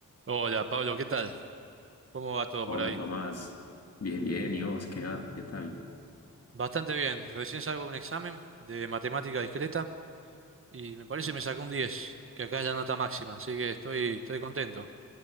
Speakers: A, on the right; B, on the left.
A: Hola Pablo, ¿qué tal? ¿Cómo va todo
B: Hola
A: por ahí?
B: Tomás, bien, bien, ¿y vos? ¿Qué, ha- qué tal?
A: Bastante bien. Recién salgo de un examen de matemática discreta y me parece que me sacó un 10, que acá es la nota máxima, así que estoy, estoy contento.